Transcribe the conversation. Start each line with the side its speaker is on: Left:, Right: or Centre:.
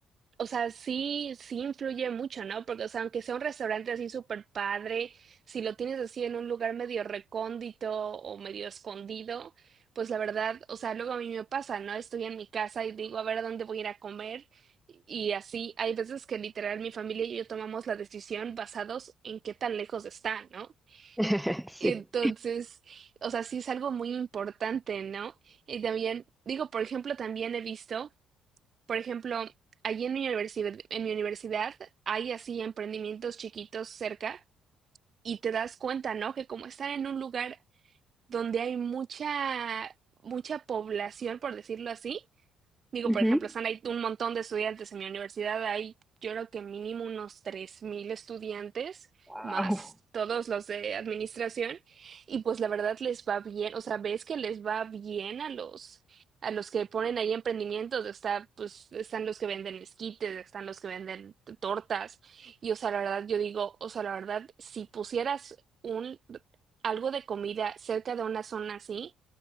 Right: O sea, sí, sí influye mucho, ¿no? Porque, o sea, aunque sea un restaurante así súper padre, si lo tienes así en un lugar medio recóndito o medio escondido, pues la verdad, o sea, luego a mí me pasa, ¿no? Estoy en mi casa y digo, a ver, ¿a dónde voy a ir a comer? Y así, hay veces que literal mi familia y yo tomamos la decisión basados en qué tan lejos está, ¿no?
Centre: <laughs> Sí.
Right: Entonces, o sea, sí es algo muy importante, ¿no? Y también, digo, por ejemplo, también he visto por ejemplo, allí en mi universidad, en mi universidad hay así emprendimientos chiquitos cerca y te das cuenta, ¿no? Que como están en un lugar donde hay mucha, mucha población, por decirlo así, Digo,
Centre: Ujú.
Right: por ejemplo, están ahí un montón de estudiantes en mi universidad, hay yo creo que mínimo unos 3.000 estudiantes,
Centre: Wow.
Right: más todos los de administración, y pues la verdad les va bien, o sea, ves que les va bien a los, a los que ponen ahí emprendimientos, está, pues, están los que venden esquites, están los que venden t- tortas, y o sea, la verdad yo digo, o sea, la verdad, si pusieras un, algo de comida cerca de una zona así,